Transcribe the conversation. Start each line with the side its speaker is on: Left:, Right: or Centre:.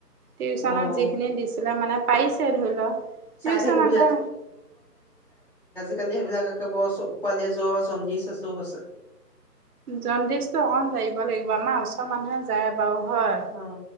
Right: টিউচনত
Left: অ
Right: যিখিনি দিছিলে মানে পাৰিছে ধৰি লও
Left: চাই
Right: টিউচন
Left: থাকিবি
Right: আকৌ
Left: আজি সেইবিলাককে বৰ চ পোৱালিৰে জ্বৰ জণ্ডিচ চব হৈছে।
Right: জণ্ডিছ টো অকমান জাৰিব লাগিব আমাৰ ওচৰ মানুহে। জাৰে। বাও ঘৰ
Left: অ